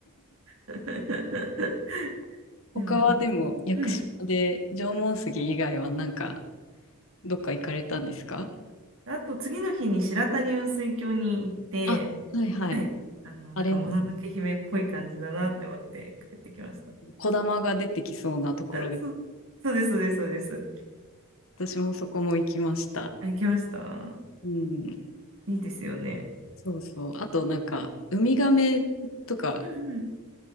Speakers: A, on the right; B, on the left.
A: <laughs> でも、
B: 他はでも、屋久島で縄文杉以外はなんか、
A: うん。
B: どっか行かれたんですか
A: あと次の日に白谷雲水峡に行って、
B: あ、はいはい。
A: はい、あの、なんかもののけ姫っぽい感じだなって思って帰ってきました。
B: あれ、小玉が出てきそうなところで。
A: あ、そう、そうです、そうです、そうです。
B: 私もそこも行きました。
A: あ、行きました。
B: うん。
A: いいですよね。
B: そうそう。あとなんか、ウミガメとか、
A: うんうん。